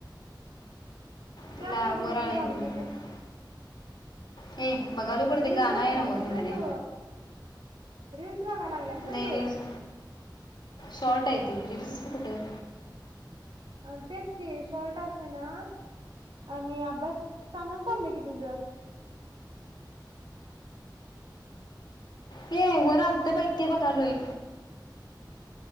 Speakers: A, on the left (about 60°); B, on the right (about 85°).
A: तिला
B: ते आणि कधीपासन
A: वर आलंय
B: चालू
A: ती
B: केलीस
A: ए बघालो कुठे
B: रिल्स
A: ते गाणं
B: बगालागल्यास
A: आहे ना व हिंदरे
B: व्हय तु रिल्स बगायला लागलासय
A: नाही
B: व्हय तू
A: रील्स शॉर्ट आहे ते रील्स कुठं
B: अ तेच कि शोर्ट असेना, आणि अभ्यास चांगल चाललाय की तुझ
A: ये वर आलत बघ बघ ते बघ आलोय